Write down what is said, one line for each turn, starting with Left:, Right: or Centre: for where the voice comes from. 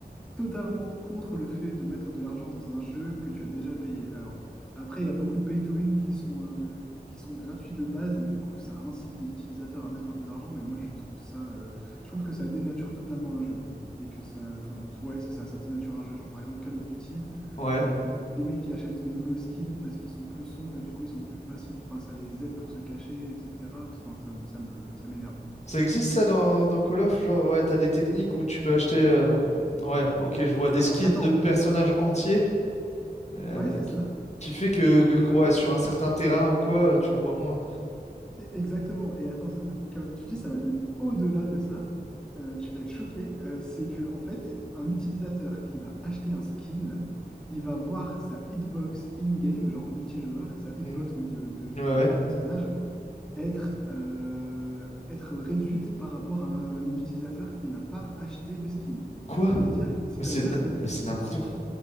Centre: totalement contre le fait de mettre de l'argent dans un jeu que tu as déjà payé. Alors, après, il y a beaucoup de pay to win qui sont, euh, qui sont gratuits de base et du coup, ça incite les utilisateurs à mettre un peu d'argent, mais moi, je trouve ça, euh, je trouve que ça dénature totalement un jeu et que ça, enfin, ouais, c'est ça, ça dénature un jeu. Genre, par exemple, Call of Duty.
Left: Ouais.
Centre: Euh, les mecs qui achètent les nouveaux skins parce qu'ils sont plus sombres et du coup ils sont plus faciles, enfin ça les aide pour se cacher, etc. Non, ça, me- ça me- ça m'énerve.
Left: Ça existe ça dans, dans Call of? Genre, ouais, t'as des techniques où tu peux acheter. euh, Ouais, ok, je vois des
Centre: Alors
Left: skins
Centre: attends,
Left: de personnages entiers euh,
Centre: Ouais, c'est ça.
Left: qui qui fait que, que- que, ouais, sur un certain terrain ou quoi, euh, tu le vois moins.
Centre: E- Exactement. Et attends, ça- Call of Duty, ça va même au-delà de ça. Euh, tu vas être choqué. Euh, c'est que, en fait, un utilisateur qui va acheter un skin, il va voir sa hitbox in-game, genre en multijoueur, sa hitbox
Left: Mhm.
Centre: donc de, de,
Left: Ouais,
Centre: de-
Left: ouais.
Centre: de personnage, être, euh, être réduite par rapport à un, utilisateur qui n'a pas acheté de skin.
Left: Quoi?
Centre: C'est-à-dire, c'est-à-dire
Left: Mais c'est n-
Centre: que
Left: mais c'est n'importe
Centre: si tu...
Left: quoi.